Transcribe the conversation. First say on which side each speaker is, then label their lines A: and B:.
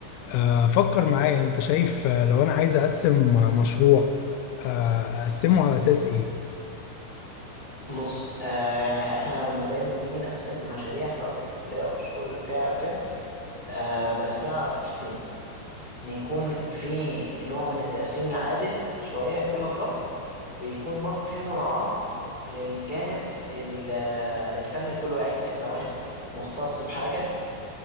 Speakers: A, on the left; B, on the left.
A: آه فكر معايا انت شايف آه، لو انا عايز اقسم آه، مشروع آه، اقسمه على اساس ايه
B: بص آه يعني احنا لما دايما بنيجي نقسم مشاريع سواء في الكلية او في الشغل بتاعي او كده آه بنقسمها على أساس حاجتين ان يكون في نوع من التقسيم العادل شوية لكل الاطراف ويكون برضو في مراعاة للجانب ال- آه، الفني لكل واحد يعني لو واحد مختص بحاجة